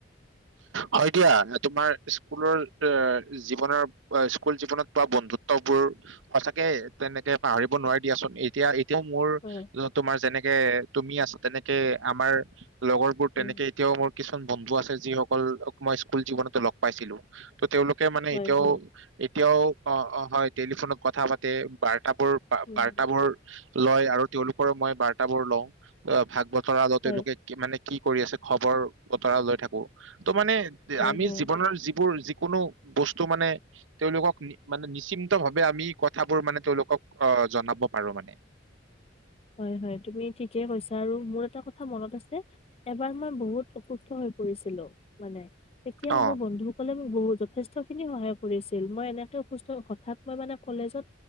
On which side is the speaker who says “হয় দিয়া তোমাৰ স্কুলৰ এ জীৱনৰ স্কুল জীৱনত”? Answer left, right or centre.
Right